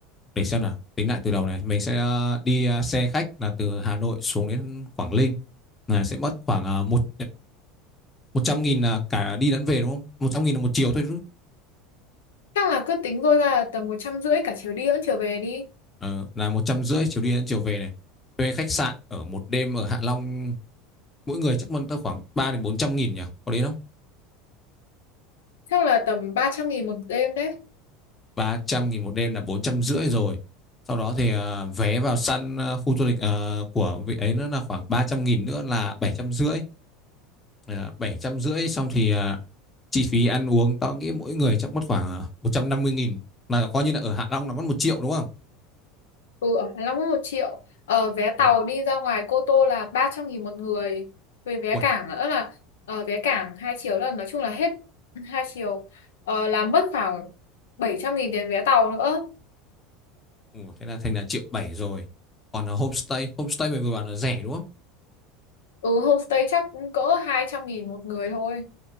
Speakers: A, on the left; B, on the left.
A: để xem nào tính lại từ đầu này mình sẽ ờ, đi ờ, xe khách là từ Hà Nội xuống đến Quảng Ninh là sẽ mất khoảng ờ, một một trăm nghìn là cả đi lẫn về đúng không một trăm nghìn là một chiều thôi
B: chắc là cứ tính thôi ra là tầm một trăm rưỡi cả chiều đi lẫn chiều về đi
A: Ờ, là một trăm rưỡi chiều đi đến chiều về này thuê khách sạn ở một đêm ở Hạ Long mỗi người chắc mất tới khoảng ba đến bốn trăm nghìn nhỉ có đến không
B: chắc là tầm ba trăm nghìn một đêm đấy.
A: ba trăm nghìn một đêm là bốn trăm rưỡi rồi sau đó thì ờ, vé vào săn ờ, khu du lịch ờ, của vị ấy nữa là khoảng ba trăm nghìn nữa là bảy trăm rưỡi Ờ, bảy trăm rưỡi xong thì ờ, chi phí ăn uống tao nghĩ mỗi người chắc mất khoảng à, một trăm năm mươi nghìn là coi như là ở Hạ Long là mất một triệu đúng không
B: Ừ, ở Hạ Long có 1 triệu. Ờ, vé
A: một
B: tàu đi ra ngoài Cô Tô là ba trăm nghìn một người. Về vé
A: ui
B: cảng nữa là ờ, vé cảng hai triệu là nói chung là hết <laughs> 2 triệu. Ờ, là mất khoảng bảy trăm nghìn tiền vé tàu nữa.
A: ừ, thế là thành là triệu bảy rồi còn là homestay homestay mình vừa bảo là rẻ đúng không
B: Ừ, homestay chắc cũng cỡ hai trăm nghìn một người thôi.